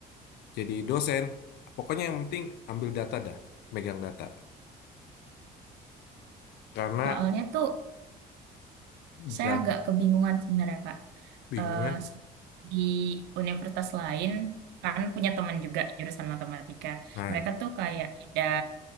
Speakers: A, on the left; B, on the right.
A: jadi dosen. Pokoknya yang penting ambil data dah. Megang data. Karena
B: soalnya tuh saya
A: dat
B: agak kebingungan sebenarnya Kak.
A: bingungan.
B: Eh, di universitas lain kan punya teman juga jurusan matematika.
A: Nah,
B: Mereka tuh kayak ada